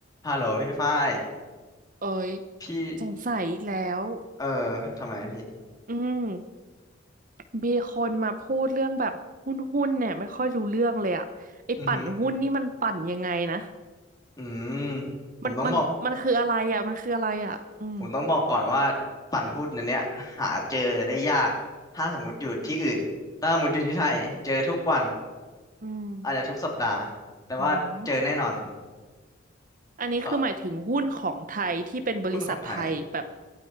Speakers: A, on the left; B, on the right.
A: ฮัลโหลพี่ฝ้าย
B: เอ้ย
A: พี่
B: สงสัยอีกแล้ว
A: เออ ทำไมพี่
B: อืมมีคนมาพูดเรื่องแบบหุ้นหุ้นเนี่ยไม่ค่อยรู้เรื่องเลยอะไอ้ปั่นหุ้นนี่มันปั่นยังไงนะ
A: อือหืออืมผมต้องบอก
B: มันมันมันคืออะไรอะมันคืออะไรอะอืม
A: ผมต้องบอกก่อนว่าปั่นหุ้นอันเนี้ยหาเจอได้ยาก ถ้าสมมติอยู่ที่อื่น ถ้าสมมติอยู่ที่ไทยเจอทุกวัน
B: อืม
A: อาจจะทุกสัปดาห์ แต่ว่าเจอแน่นอน
B: อืมอันนี้คือหมายถึงหุ้นของไทยที่เป็นบริษัทไทยแบบ
A: เพราะหุ้นของไทย